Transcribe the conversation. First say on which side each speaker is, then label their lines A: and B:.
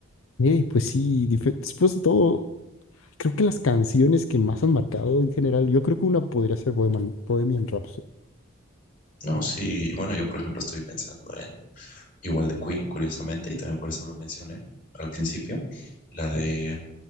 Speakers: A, on the left; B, on the left.
A: Eh, pues sí, dife- después de todo, creo que las canciones que más han marcado en general, yo creo que una podría ser Bohemian, Bohemian Rhapsody.
B: No, sí, bueno, yo por ejemplo estoy pensando Igual de Queen, curiosamente, y también por eso lo mencioné al principio, la de